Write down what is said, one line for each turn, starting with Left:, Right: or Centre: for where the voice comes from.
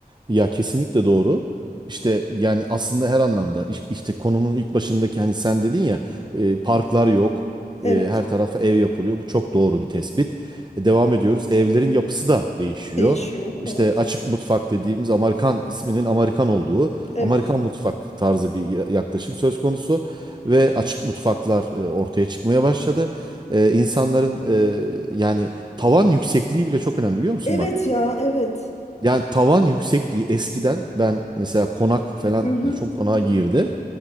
Right: Ya kesinlikle doğru. İşte yani aslında her anlamda iş- işte konunun ilk başındaki hani sen dedin ya e, parklar yok.
Left: Evet.
Right: E, her tarafa ev yapılıyor. Bu çok doğru bir tespit. E, devam ediyoruz. Evlerin yapısı da değişiyor.
Left: Değişiyor.
Right: İşte
Left: Evet.
Right: açık mutfak dediğimiz Amerikan isminin Amerikan olduğu
Left: Evet.
Right: Amerikan mutfak tarzı bir ya- yaklaşım söz konusu ve açık mutfaklar e, ortaya çıkmaya başladı. E, insanların e, yani tavan yüksekliği bile çok önemli biliyor musun
Left: Evet
Right: bak?
Left: ya evet.
Right: Yani tavan yüksekliği eskiden ben mesela konak falan
Left: Hı hı.
Right: mesela çok konağa girdim.